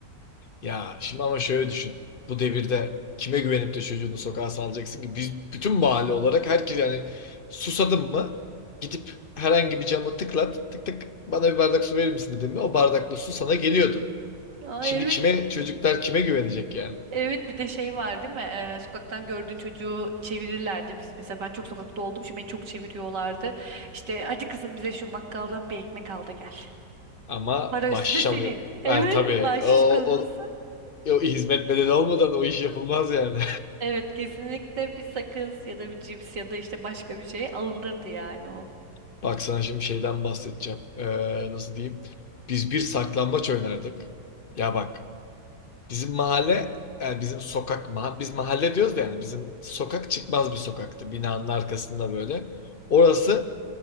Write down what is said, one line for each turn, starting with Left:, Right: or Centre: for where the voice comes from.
Left: Ya şimdi ama şöyle düşün. Bu devirde kime güvenip de çocuğunu sokağa salacaksın ki? Biz bütün mahalle olarak herkes yani susadım mı gidip herhangi bir camı tıklat tık tık bana bir bardak su verir misin dedim mi o bardakla su sana geliyordu.
Right: Aa,
Left: Şimdi
Right: evet.
Left: kime çocuklar kime güvenecek yani?
Right: Evet bir de şey var değil mi? Ee, sokaktan gördüğün çocuğu çevirirlerdi. Biz mesela ben çok sokakta olduğum için beni çok çeviriyorlardı. İşte hadi kızım bize şu bakkaldan bir ekmek al da gel.
Left: Ama
Right: Para
Left: baş
Right: üstü de senin.
Left: çalıyor.
Right: Evet,
Left: Ha, tabii
Right: bahşiş
Left: o,
Right: konusu.
Left: E, o hizmet bedeli olmadan o iş yapılmaz yani.
Right: Evet, kesinlikle bir sakız ya da bir cips ya da işte başka bir şey alındırdı yani o.
Left: <laughs> Bak sana şimdi şeyden bahsedeceğim. Ee, nasıl diyeyim? Biz bir saklambaç oynardık. Ya bak bizim mahalle yani bizim sokak ma biz mahalle diyoruz da yani bizim sokak çıkmaz bir sokaktı. Binanın arkasında böyle. Orası